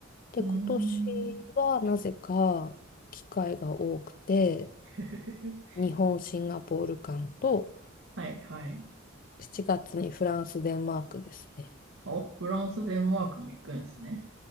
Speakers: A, on the left; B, on the right.
A: で、
B: うーん。
A: 今年はなぜか機会が多くて、
B: <laughs>
A: 日本、シンガポール間と、
B: はいはい。
A: 7月にフランス、デンマークですね。
B: あ、フランス、デンマークも行くんですね。